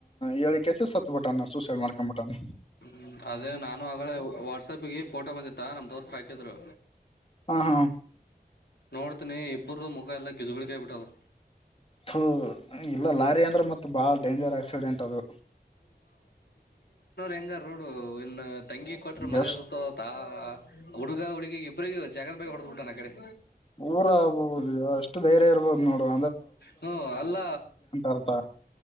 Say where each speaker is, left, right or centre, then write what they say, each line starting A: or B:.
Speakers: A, on the left; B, on the left.
A: ಹೇಳಿ ಕೆಸಿ ಸತ್ತಬಿಟ್ಟಾನ ಸೂಸೈಡ್ ಮಾಡ್ಕೊ್ಬಿಟ್ಟಾನ
B: ಹ್ಮ ಅದೇ ನಾನು ಆಗಳ ವಾಟ್ಸಪ್ಗೆ ಫೋಟೋ ಬಂದಿತ್ತಾ ನಮ್ ದೋಸ್ತ್ ಹಾಕಿದ್ರು
A: ಹಾ ಹಾ
B: ನೋಡ್ತನಿ ಒಬ್ಬರದ ಮುಖ ಎಲ್ಲ ಗಿಜುಗಳಿ ಕಾಯಿ ಬಿಟ್ಟ್
A: ಹ್ಮ ಇಲ್ಲ ಲಾರಿ ಅಂದ್ರೆ ಮತ್ತೆ ಬಾಳ ಡೇಂಜರ್ ಆಕ್ಸಿಡೆಂಟ್ ಅದು
B: ಹೆಂಗ ರೋಡ್ ನನ್ನ ತಂಗಿ ಕೊಟ್ರ
A: ಗ್ಯಾಸ್
B: ಮರ್ಯಾದತ ತಾ ಹುಡುಗ ಹುಡುಗಿ ಇಬ್ಬರಿಗ ಜಾಗದ ಮೇೆ ಹೊಡೆದ್ಬಿಟ ನ ಕಡೆ
A: ಊರ ಆಗ್ಬಹುದು ಅಷ್ಟು ಧೈರ್ಯ ಇರಬಹುದು ನೋಡುವ
B: ಹ್ಮ ಅಲ್ಲ
A: ಅರ್ಥ